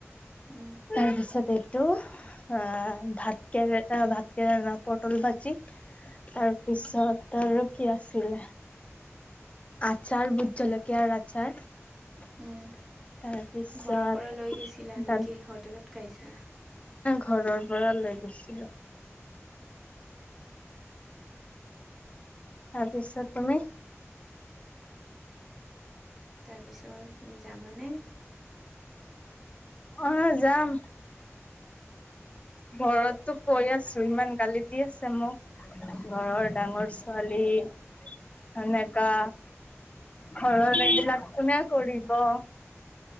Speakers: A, in the centre; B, on the left.
A: উম
B: তাৰপিছত এইটো অ', ভাত কেৰে ভাত পটল ভাজি তাৰ পিছত। ত আৰু কি আছিলে আচাৰ ভুত জলকীয়াৰ আচাৰ
A: উম
B: তাৰপিছত
A: ঘৰৰ পৰা লৈ গৈছিলা নেকি
B: ত
A: হোটেলত খাইছা
B: ঘৰৰ পৰা লৈ গছিলো তাৰপিছত তুমি
A: তাৰপিছত তুমি যাবানে?
B: অ', যাম ঘৰতটো কৈ আছো ইমান গালি দি আছে মোক ঘৰৰ ডাঙৰ ছোৱালী সনেকা ঘৰৰ এইবিলাক কোনে কৰিব।